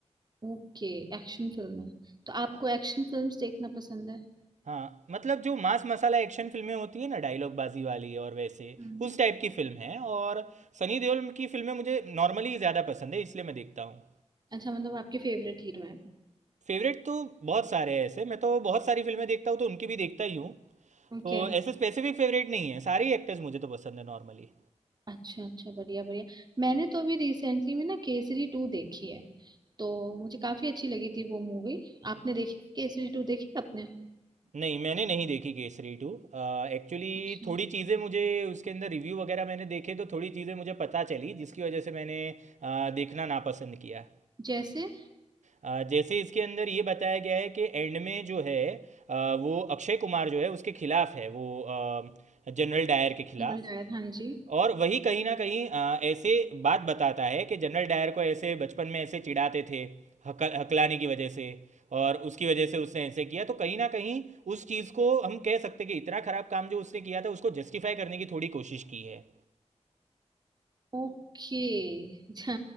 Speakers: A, on the right; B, on the right.
A: ओके एक्शन फिल्म है तो आपको एक्शन फिल्म्स देखना पसंद है
B: हाँ मतलब जो मास मसाला एक्शन फिल्में होती है ना डायलॉग बाजी वाली और वैसे
A: हम्म।
B: उस टाइप की फिल्म है और सनी देओल की फिल्में मुझे नॉर्मली ज़्यादा पसंद है इसलिए मैं देखता हूँ
A: अच्छा मतलब आपके फेवरेट हीरो हैं
B: फेवरेट तो बहुत सारे हैं ऐसे मैं तो बहुत सारी फिल्में देखता हूँ तो उनकी भी देखता ही हूँ
A: ओके
B: तो ऐसे स्पेसिफिक फेवरेट नहीं है सारे एक्टर्स मुझे तो पसंद है नॉर्मली
A: अच्छा अच्छा बढ़िया बढ़िया मैंने तो अभी रिसेंटली में ना केसरी टू देखी है तो मुझे काफी अच्छी लगी थी वो मूवी आपने देखी केसरी टू देखी आपने
B: नहीं मैंने नहीं देखी केसरी टू एक्चुअली
A: अच्छा
B: थोड़ी चीज़ें मुझे उसके अंदर रिव्यू वगैरह मैंने देखे तो थोड़ी चीज़ें मुझे पता चली जिसकी वजह से मैंने अ, देखना नापसंद किया
A: जैसे
B: अ, जैसे इसके अंदर ये बताया गया है कि एंड में जो है अ, वो अक्षय कुमार जो है उसके खिलाफ है वो जनरल डायर के खिलाफ
A: डायर हाँ जी
B: और वही कहीं ना कहीं आ, ऐसे बात बताता है कि जनरल डायर को ऐसे बचपन में ऐसे चिढ़ाते थे हक, हकलाने की वजह से और उसकी वजह से उसने ऐसे किया तो कहीं ना कहीं उस चीज़ को हम कह सकते कि इतना खराब काम जो उसने किया था उसको जस्टिफाई करने की थोड़ी कोशिश की है
A: ओके अच्छा